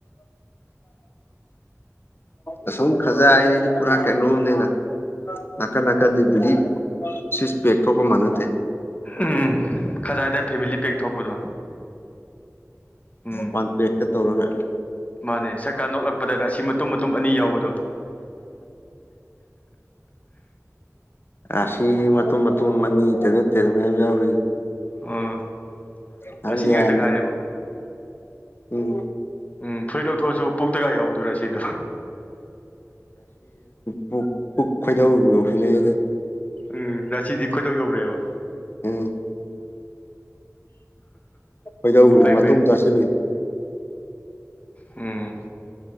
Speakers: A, on the left; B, on the left.
A: ꯑꯁꯨꯝ ꯈꯖ ꯍꯥꯏꯁꯤꯁꯨ ꯄꯨꯔꯥ ꯀꯩꯅꯣꯝꯅꯦꯗ ꯅꯥꯀꯟ ꯅꯥꯀꯟꯗꯤ ꯕꯤꯁ ꯄꯦꯛꯒ ꯃꯅꯗꯦ
B: ꯎꯝ ꯈꯖꯏꯗ ꯐꯦꯃꯤꯂꯤ ꯄꯦꯛ ꯊꯣꯛꯄꯗꯣ ꯎꯝ
A: ꯄꯥꯟꯄꯦꯛꯇ ꯇꯧꯔꯒ
B: ꯃꯥꯅꯦ ꯁꯔꯥ ꯅꯣꯛꯂꯛꯄꯗ ꯔꯁꯤ ꯃꯇꯨꯝ ꯃꯇꯨꯝ ꯑꯅꯤ ꯌꯥꯎꯕꯗꯣ
A: ꯑꯁꯤꯥꯁꯤ ꯃꯇꯨꯝ ꯃꯇꯨꯝ ꯑꯅꯤ ꯇꯦꯔ ꯇꯦꯔ ꯃꯌꯥꯝ ꯌꯥꯎꯔꯤ
B: ꯑ
A: ꯊꯖ
B: ꯔꯥꯁꯤ ꯉꯥꯛꯇ ꯉꯥꯏꯔꯦꯕ
A: ꯎꯝ
B: ꯎꯝ ꯐꯨꯔꯤꯠ ꯂꯧꯊꯣꯛꯑꯁꯨ ꯄꯨꯛꯇꯒ ꯌꯥꯎꯗꯨꯔꯥ ꯁꯤꯗꯣ
A: ꯄꯨ ꯄꯨꯛ ꯈꯣꯏꯗꯧꯕ ꯌꯧꯁꯤ ꯂꯩꯛꯦꯗ
B: ꯎꯝ ꯔꯁꯤꯗꯤ ꯈꯣꯏꯗꯧ ꯌꯧꯔꯛꯑꯦꯕ
A: ꯎꯝ ꯀꯩꯗꯧꯦ
B: ꯐꯩ
A: ꯃꯇꯨꯡ
B: ꯐꯩ
A: ꯇꯥꯁꯤꯂꯨꯏ
B: ꯎꯝ